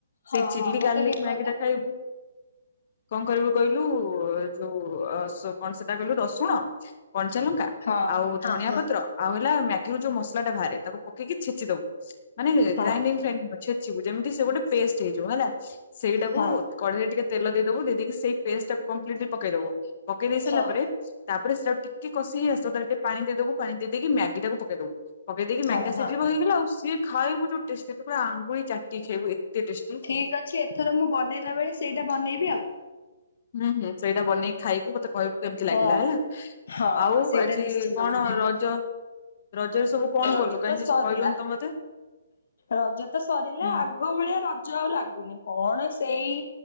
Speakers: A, on the left; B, on the left.
A: ସେଇ
B: ହଁ
A: ଚିଲ୍ଲି
B: ହଁ ମତେ
A: ଗାର୍ଲିକ
B: ଟିକେ
A: ମ୍ୟାଗିଟା
B: କହତ
A: ଖାଇବୁ କଣ କରିବୁ କହିଲୁ ଯୋଉ ଅ ସ୍ କଣ ସେଟା କହିଲୁ ରସୁଣ? କଞ୍ଚା ଲଙ୍କା
B: ହଁ
A: ଆଉ
B: ହଁ
A: ଧଣିଆ
B: ହଁ
A: ପତ୍ର ଆଉ ହେଲା ମ୍ୟାଗିରୁ ଯୋଉ ମସଲାଟା ବାହାରେ ତାକୁ ପକେଇକି ଛେଚିଦବୁ। ମାନେ
B: ହଁ
A: ଗ୍ରାଇଣ୍ଡିଂ ଫ୍ରାଇଣ୍ଡିଂ ଛେଚିବୁ ଯେମିତି ସେ ଗୋଟେ ପେଷ୍ଟ ହେଇଯିବ ହେଲା ସେଇଟାକୁ।
B: ହଁ
A: କଢେଇରେ ଟିକେ ତେଲ ଦେଇଦବୁ ଦେଇେଇକି ସେଇ ପେଷ୍ଟ ଟାକୁ କମ୍ପ୍ଲିଟ୍ଲି ପକେଇବୁ ପକେଇ ଦେଇ ସାରିଲା
B: ହଁ।
A: ପରେ। ତା ପରେ ସେଟା ଆଉ ଟିକେ କଷି ହେଇ ଆସିବ ତା ଧିଏରେ ଟିକେ ପାଣି ଦେଇଦବୁ ପାଣି ଦେଇକି ମ୍ୟାଗି ଟାକୁ ପକେଇଦବୁ। ପକେଇ ଦେଇକି ମ୍ୟାଗି
B: ହଁ
A: ଟା
B: ହଁ
A: ସିଝିବ ହେଇଗଲା ଆଉ ସିଏ ଖାଇବୁ ଯୋଉ ଟେଷ୍ଟି ତୁ ପୁରା ଆଙ୍ଗୁଳି ଚାଟିକି ଖାଇବୁ ଏତେ ଟେଷ୍ଟି।
B: ଠିକ୍ ଅଛି ଏଥର ମୁଁ ବନେଇଲା ବେଳେ ସେଇଟା ବନେଇବି ଆଉ।
A: ହୁଁ ହୁଁ ସେଇଟା ବନେଇକି ଖାଇବୁ ମତେ କହିବୁ କେମିତି
B: ହଁ
A: ଲାଗିଲା ହେଲା
B: ହଁ
A: ଆଉ
B: ହଁ ସେଇଟା
A: ଆଜି
B: ନିଶ୍ଚିନ୍ତ
A: କଣ
B: ବନେଇବି
A: ରଜ। ରଜରେ ସବୁ କଣ
B: ରଜ
A: କଲୁ କାହିଁ
B: ତ
A: କିଛି
B: ସରିଲା।
A: କହିଲୁନି ତ ମତେ।
B: ରଜ ତ ସରିଲା
A: ହୁଁ
B: ଆଗ ଭଳିଆ ରଜ ଆଉ ଲାଗୁନି କଣ ସେଇ।